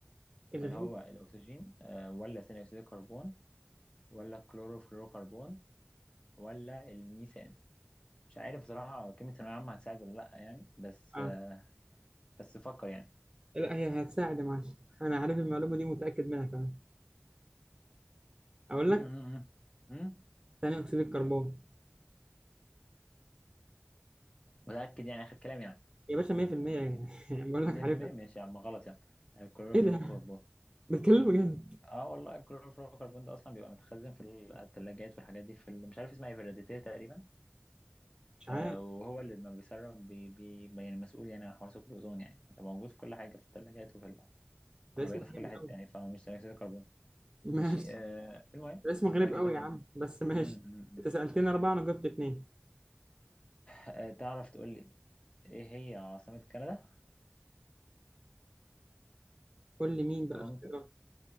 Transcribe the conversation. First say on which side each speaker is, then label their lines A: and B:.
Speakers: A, on the right; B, on the left.
A: الغيب
B: هل هو الأكسجين آه، ولا ثاني أكسيد الكربون ولا الكلوروفلوروكربون ولا الميثان مش عارف بصراحة كلمة ثانوية عامة هتساعد ولا لأ يعني بس
A: اه
B: آه، بس فكر يعني
A: لا هي هتساعد يا معلم انا عارف المعلومه دي متاكد منها كمان اقول
B: مم،
A: لك
B: مم، مم. مم.
A: ثاني اكسيد الكربون
B: متأكد يعني آخر كلام يعني
A: يا باشا 100% يعني <laughs> بقول
B: 100%
A: لك عارفها
B: ماشي يا عم غلط يا عم الكلوروفلوروكربون
A: ايه ده بتكلم بجد
B: اه والله الكلوروفلوروكربون ده اصلا بيبقى متخزن في الثلاجات والحاجات دي في ال- مش عارف اسمها ايه في الراديتير تقريبا
A: مش عارف
B: آه، وهو اللي لما بيسرب بي بي يعني مسؤول يعني عن حوار ثقب الأوزون يعني ده موجود في كل حاجة في الثلاجات وفي
A: ده
B: العربيات
A: اسمه
B: وفي
A: غريب
B: كل حتة
A: قوي
B: يعني فمش ثاني أكسيد الكربون
A: ماشي
B: ماشي آه المهم
A: اسم
B: ده
A: غريب
B: كده
A: قوي
B: كان
A: يا عم بس ماشي
B: مم، مم، مم.
A: انت سألتني أربعة أنا جبت اتنين
B: آه تعرف تقول لي إيه هي عاصمة كندا؟
A: قول لي مين بقى
B: تورونتو
A: اختيارات